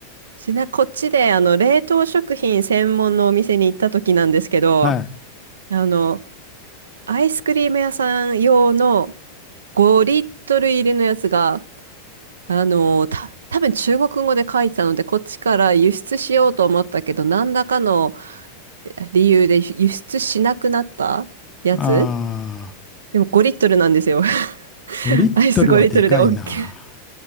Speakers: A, on the right; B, on the left.
A: ちな、こっちで、あの、冷凍食品専門のお店に行った時なんですけど、
B: はい。
A: あの、アイスクリーム屋さん用の5リットル入りのやつが、あの、た、多分中国語で書いてたので、こっちから輸出しようと思ったけど、何らかの理由で輸出しなくなったやつ
B: あ
A: でも5リットルなんですよ。<laughs>
B: ー、5リットルはでかいな。
A: アイス5リットルで OK。